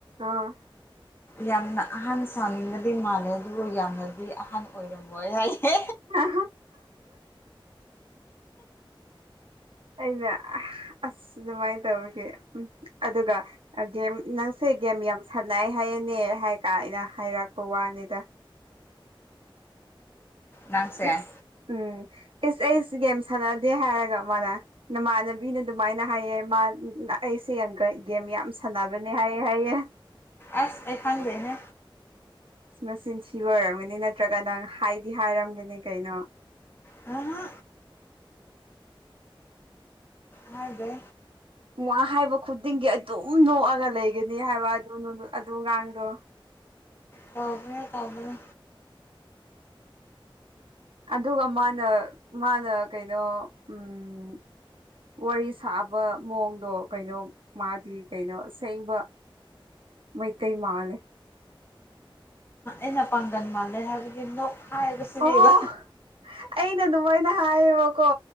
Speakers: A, on the right; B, on the left.
A: ꯑꯥ
B: ꯌꯥꯝꯅ ꯑꯍꯟ ꯁꯥꯥꯟꯅꯤꯡꯕꯗꯤ ꯃꯥꯜꯂꯦ ꯑꯗꯨꯕꯨ ꯌꯥꯝꯅꯗꯤ ꯑꯍꯟ ꯑꯣꯏꯔꯝꯃꯣꯏ ꯍꯥꯏꯌꯦ
A: ꯑ <inaudible> ꯑꯩꯅ ꯑꯁ ꯑꯗꯨꯃꯥꯏꯅ ꯇꯧꯕꯁ ꯑꯗꯨꯒ ꯒꯦꯝ ꯅꯪꯁꯦ ꯒꯦꯝ ꯌꯥꯝ ꯁꯥꯟꯅꯩ ꯍꯥꯏꯌꯦꯅꯦ ꯍꯥꯏ ꯀꯥꯏꯅ ꯍꯥꯏꯔꯛꯄ ꯋꯥꯅꯤꯗ
B: ꯅꯪꯁꯦ
A: ꯏꯁ ꯎꯝ ꯏꯁ ꯑꯩꯁ ꯒꯦꯝ ꯁꯥꯟꯅꯗꯦ ꯍꯥꯏꯔꯒ ꯃꯥꯅ ꯅꯃꯥꯟꯅꯕꯤꯅ ꯑꯗꯨꯃꯥꯏꯅ ꯍꯥꯏꯑꯦ ꯃꯥ ꯑꯩꯁꯦ ꯒꯦꯝ ꯌꯥꯝ ꯁꯥꯟꯅꯕꯅꯦ ꯍꯥꯏꯑꯦ ꯍꯥꯏꯑꯦ
B: ꯑꯁ ꯑꯩꯈꯪꯗꯦꯍꯦ
A: ꯃꯆꯤꯟ ꯊꯤꯕ ꯑꯣꯏꯔꯝꯒꯅꯤ ꯅꯠꯇ꯭ꯔꯒ ꯅꯪ ꯍꯥꯏꯗꯤ ꯍꯥꯏꯔꯝꯒꯅꯤ ꯀꯩꯅꯣ
B: ꯑꯍꯥ ꯍꯥꯏꯗꯦ
A: ꯋꯥ ꯍꯥꯏꯕ ꯈꯨꯗꯤꯡꯒꯤ ꯑꯗꯨꯝ ꯅꯣꯛꯑꯒ ꯂꯩꯒꯅꯤ ꯍꯥꯏꯕ ꯑꯗꯨ ꯑꯗꯨ ꯑꯉꯥꯡꯗꯣ
B: ꯇꯧꯕꯅꯦ ꯇꯧꯕꯅꯦ
A: ꯑꯗꯨꯒ ꯃꯥꯅ ꯃꯥꯅ ꯀꯩꯅꯣ ꯎꯝ ꯋꯥꯔꯤ ꯁꯥꯕ ꯃꯑꯣꯡꯗꯣ ꯀꯩꯅꯣ ꯃꯥꯗꯤ ꯀꯩꯅꯣ ꯑꯁꯦꯡꯕ ꯃꯩꯇꯩ ꯃꯥꯜꯂꯦ
B: ꯏꯟꯅ ꯄꯥꯡꯒꯟ ꯃꯥꯂꯦ ꯍꯥꯏꯕꯒꯤ ꯅꯣꯛ ꯍꯥꯏꯕꯁꯤꯗꯤꯕ
A: ꯑꯣ ꯑꯩꯅ ꯑꯗꯨꯃꯥꯏꯅ ꯍꯥꯏꯌꯦꯕꯀꯣ